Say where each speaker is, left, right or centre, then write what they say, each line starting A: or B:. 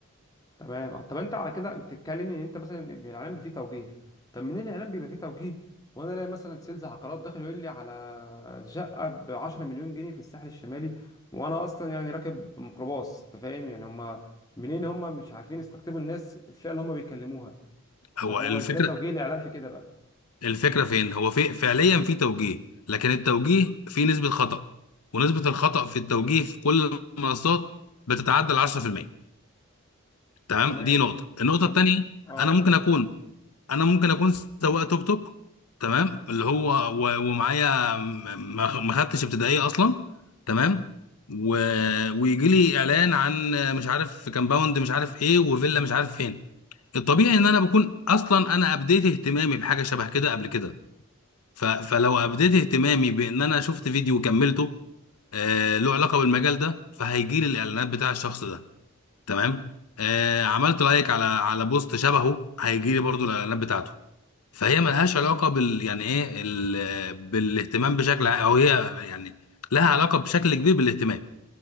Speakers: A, on the left; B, on the left.
A: تمام آه، طب انت على كده بتتكلمني ان انت مثلا بي- الاعلان بيبقى فيه توجيه طب منين الاعلان بيبقى فيه توجيه وانا الاقي مثلا سيلز عقارات داخل يقول لي على شقه ب 10 مليون جنيه في الساحل الشمالي وانا اصلا يعني راكب ميكروباص انت فاهم يعني هم منين هم مش عارفين يستقطبوا الناس الفئه اللي هم بيكلموها
B: هو
A: فهو
B: الفكرة
A: ازاي توجيه الاعلام في كده بقى
B: الفكرة فين هو في فعليا في توجيه لكن التوجيه فيه نسبة خطأ ونسبة الخطأ في التوجيه في كل المنصات بتتعدى ال 10% تمام
A: تمام
B: دي نقطة النقطة
A: طب
B: التانية
A: اه
B: أنا
A: تمام
B: ممكن أكون انا ممكن اكون سواق توك توك تمام اللي هو و- ومعايا م- ما ما خدتش ابتدائيه اصلا تمام و... ويجي لي اعلان عن مش عارف كامباوند مش عارف ايه وفيلا مش عارف فين الطبيعي ان انا بكون اصلا انا ابديت اهتمامي بحاجه شبه كده قبل كده ف... فلو ابديت اهتمامي بان انا شفت فيديو وكملته آه له علاقه بالمجال ده فهيجي لي الاعلانات بتاع الشخص ده تمام آه عملت لايك على على بوست شبهه هيجي لي برضو الاعلانات بتاعته فهي ملهاش علاقه بال يعني ايه ال... بالاهتمام بشكل ع- او هي يعني لها علاقه بشكل كبير بالاهتمام